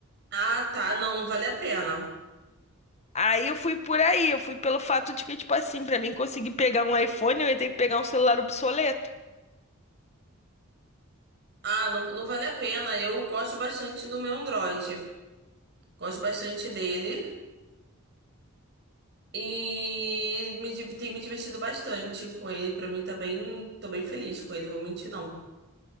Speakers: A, on the right; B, on the left.
A: Ah, tá. Não, não vale a pena.
B: Aí eu fui por aí, eu fui pelo fato de que, tipo assim, pra mim conseguir pegar um iPhone, eu ia ter que pegar um celular obsoleto.
A: Ah, não, não vale a pena. Eu gosto bastante do meu Android. Gosto bastante dele. E me, di- tem me divertido bastante com ele. Pra mim tá bem, tô bem feliz com ele, vou mentir não.